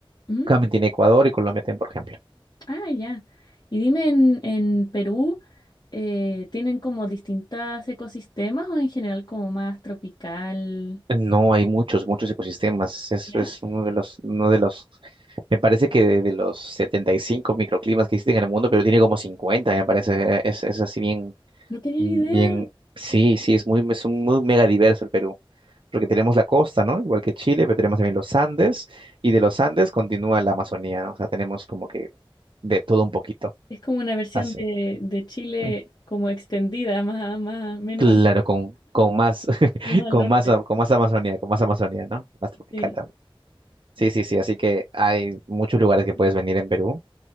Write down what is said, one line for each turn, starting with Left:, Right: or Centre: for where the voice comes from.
Left: ¿Mm?
Right: también tiene Ecuador y Colombia, por ejemplo.
Left: Ah, ya. Y dime, en, en Perú, eh, ¿tienen como distintas ecosistemas o en general como más tropical?
Right: No, hay muchos, muchos ecosistemas. Eso
Left: ¿Ya?
Right: es uno de los, uno de los, me parece que de, de los 75 microclimas que existen en el mundo, pero tiene como 50. me parece. Es, es así bien,
Left: No tenía
Right: bien,
Left: ni idea.
Right: sí, sí, es muy, es muy mega diverso el Perú. Porque tenemos la costa, ¿no? Igual que Chile, pero tenemos también los Andes, y de los Andes continúa la Amazonía, ¿no? O sea, tenemos como que de todo un poquito.
Left: Es como una versión
Right: Así.
Left: de, de Chile
Right: Mm,
Left: como extendida, más, más, menos
Right: Claro,
Left: angosta
Right: con, con más, <laughs>
Left: y más al
Right: con
Left: norte.
Right: más, con más Amazonía, con más Amazonía, ¿no? Más tropical
Left: Sí.
Right: Sí, sí, sí, así que hay muchos lugares que puedes venir en Perú.